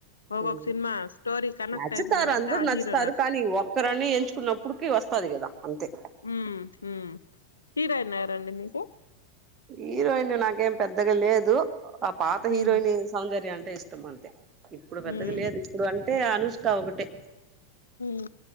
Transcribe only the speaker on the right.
మ్
నచ్చుతారు
అందరూ
నచ్చుతారు
కానీ ఒక్కరని ఎంచుకున్నప్పుడికి వాస్ పది గదా అంతే
హీరోయిన్ నాకేం పెద్దగా లేదు ఆ పాత హీరోయిని
సౌందర్య అంటే ఇష్టం అంతే ఇప్పుడు పెద్దగా
లేదు ఇప్పుడు అంటే అనుష్కా ఒకటే